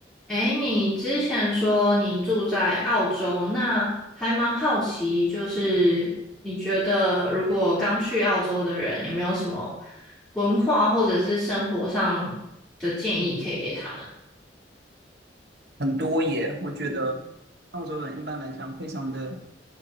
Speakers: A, in the centre; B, on the right.
A: 诶，你之前说你住在澳洲，那还蛮好奇，就是你觉得如果刚去澳洲的人有没有什么文化或者是生活上的建议可以给他们？
B: 很多耶，我觉得澳洲人一般来讲非常的